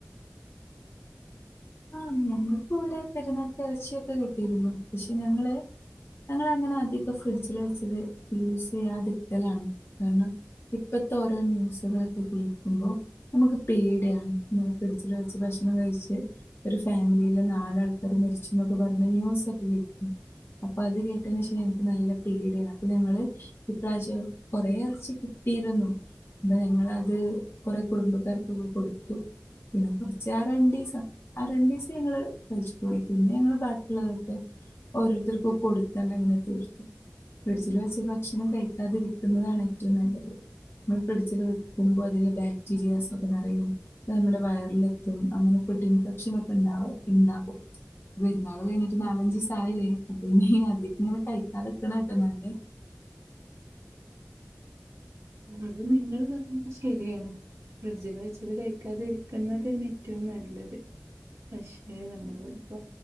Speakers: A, on the left; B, on the right.
A: ആഹ് ഞങ്ങക്ക് ഇവിടെ പെരുന്നാൾക്ക് ഇറച്ചിയൊക്കെ കിട്ടിയിരുന്നു. പക്ഷെ ഞങ്ങള് ഞങ്ങള അങ്ങനെ അധികം ഫ്രിഡ്ജില് വെച്ചത് യൂസ് ചെയ്യാതിരിക്കലാണ്. കാരണം, ഇപ്പത്തെ ഓരോ ന്യൂസുകളൊക്കെ യിലെ ക്കുമ്പോ. നമുക്ക് പേടിയാണ്. ങ്ങെ ഫ്രിഡ്ജിൽ വെച്ച് ഭക്ഷണം കഴിച്ച്. ഒരു ഫാമിലിയിലെ നാല് ആൾക്കാർ മരിച്ചു. എന്നൊക്കെ പറഞ്ഞു ന്യൂസൊക്കെ കേട്ടിരിക്കണു. അപ്പൊ അത് കേട്ട <unintelligible> ഞങ്ങക്ക് നല്ല പേടിയ അപ്പൊ ഞങ്ങള് ഈ പ്രാവശ്യം കൊറെ ഇറച്ചി കിട്ടിയിരുന്നു. അപ്പ ഞങ്ങളത് കുറെ. കുടുംബക്കാർക്കൊക്കെ കൊടുത്തു പിന്നെ കുറച്ച് ആ രണ്ടിസ ആ രണ്ടിസം ഞങ്ങള് കഴിച്ചിട്ടുള്ളു. പിന്നെ ഞങ്ങള് ബാക്കിയുള്ളതൊക്കെ ഓരോരുത്തർക്കും കൊടുത്താണ്ട് അങ്ങനെ തീർത്തു. ഫ്രഡ്ജിൽ വെച്ച് ഭക്ഷണം കഴിക്കാതിരിക്കുന്നതാണ് ഏറ്റവും നല്ലത്. നമ്മള് ഫ്രഡ്ജില് വെക്കുമ്പോൾ അതില് ബാക്ടീരിയാസ്. ഇപ്പൊ നിറയും. നമ്മുടെ വയറില്. അങ്ങനെ <unintelligible> ഉണ്ടാവ ഉണ്ടാകും. പെരുന്നാൾ കഴിഞ്ഞിട്ട് നാലഞ്ച് ദിവസായില്ലേ. അപ്പൊ ഇനി അത് ഇങ്ങനെ കഴിക്കാതെക്കണട്ടെ നല്ലേ.
B: അത് നിങ്ങൾ പറഞ്ഞത് ശരിയാണ്. ഫ്രിഡ്ജില് വെച്ചത് കഴിക്കാതിരിക്കുന്നത് തന്നെ ഏറ്റവും നല്ലത്. പക്ഷെ നമ്മൾപ്പ